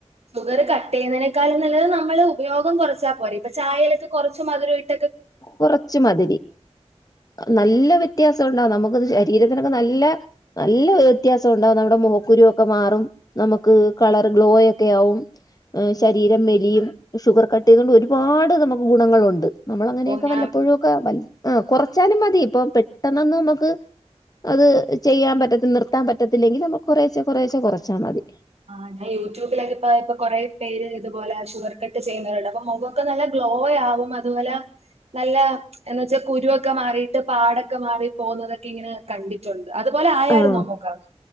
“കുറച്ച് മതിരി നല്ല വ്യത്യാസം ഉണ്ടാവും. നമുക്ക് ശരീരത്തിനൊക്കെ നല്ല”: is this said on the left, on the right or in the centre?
Left